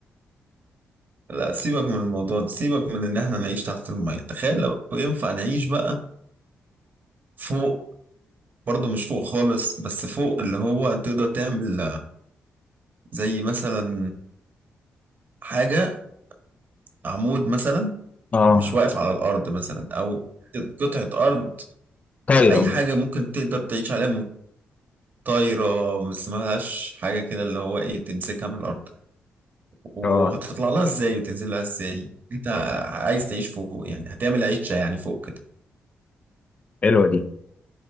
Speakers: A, on the right; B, on the left.
A: لا سيبك من الموضوع ده سيبك من ان احنا نعيش تحت الميه تخيل لو ينفع نعيش بقى فوق برضه مش فوق خالص بس فوق اللي هو تقدر تعمل زي مثلا حاجة عمود مثلا
B: اه
A: مش واقف على الأرض مثلا أو قطعة أرض
B: طايره
A: أي حاجة ممكن تقدر تعيش عليها من طايرة ما اسمهاش حاجة كده اللي هو إيه تمسكها من الأرض وهتطلع
B: اه
A: لها إزاي وتنزل لها إزاي أنت عايز تعيش فوق يعني هتعمل عيشة يعني فوق كده
B: حلوه دي